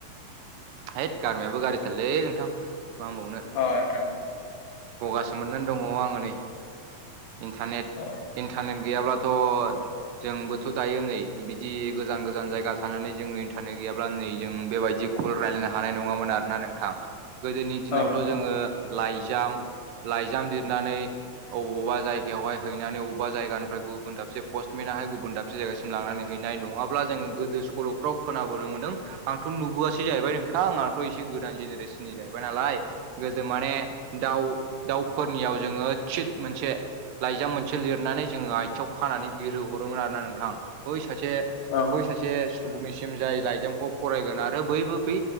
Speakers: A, on the right; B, on the left.
A: हैथ गारमायाबो गारिथारलै नोंथां मा होनबावनो।
B: अ नोंथां।
A: गगासो मोननानै दङ आङो नै। इन्टारनेट
B: औ
A: इन्टारनेट गैयाब्लाथ' जोंबोथ' दायो नै बिदि गोजान गोजान जायगा थानानै जोंङो होनो गैयाब्ला नै जों बेबायदि कल रायलायनो हानाय नङामोन आरोना नोंथां। गोदोनि दिनावथ'
B: औ नोंथां
A: जोङो
B: औ
A: लाइजाम लाइजाम लिरनानै अबावबा जायगायावहाय हैनानै अबेबा जायगानिफ्राय गुबुन दाबसे पस्टमेनाहाय गुबुन दाबसे जायगासिम लांनानै हैनाय नङाब्ला जोङो गो दो सल'फ्राव खोनाबोनो मोनदों आंथ' नुबोआसै जाहैबाय नोंथां आंथ' एसे गोदान जेनेरेसननि जाहै बाय नालाय गोदो माने दाउ दाउफोरनियाव जोङो चित मोनसे लाइजाम मोनसे लिरनानै जोङो आथियाव खानानै बिरहोहरोमोन आरोना नोंथां बै सासे
B: औ
A: बै सासे सुबुंनिसिम जाय लाइजामखौ फरायगोन आरो बैबो बै